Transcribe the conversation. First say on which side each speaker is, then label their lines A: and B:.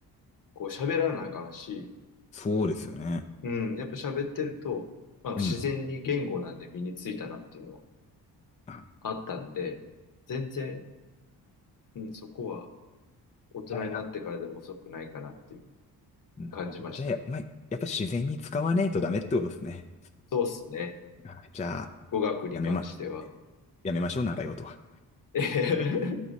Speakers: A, on the left; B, on the left.
A: こう喋らなあかんし、
B: そうですよね。
A: うん、やっぱ喋ってると、まあ自然に言語なんで身についたなっていうのは
B: うん。あ
A: あったんで、全然、うん、そこは、大人になってからでも遅くないかなっていう
B: じゃあやなるほど。
A: 感じました。
B: じゃあ、やまあ、やっぱり自然に使わねえとダメってことですね。
A: そうっすね。
B: あじゃあ、
A: 語学に関しては。
B: やめま、やめましょう、習い事は。
A: <laughs>